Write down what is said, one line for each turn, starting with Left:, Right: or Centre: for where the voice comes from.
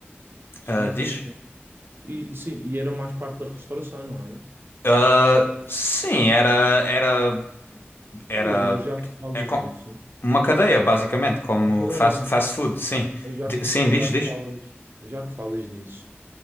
Right: Sim,
Left: Ah,
Right: sim,
Left: diz?
Right: sim. E, sim. e era mais parte da restauração, não era?
Left: Ah, sim, era, era, era
Right: Olha, mas já que falas
Left: é com-
Right: nisso,
Left: uma cadeia, basicamente, como
Right: não peraí,
Left: fast,
Right: não
Left: fast
Right: é?
Left: food, sim.
Right: Mas já
Left: Di-
Right: que,
Left: sim,
Right: já
Left: diz, diz.
Right: que falas, já que falas nisso,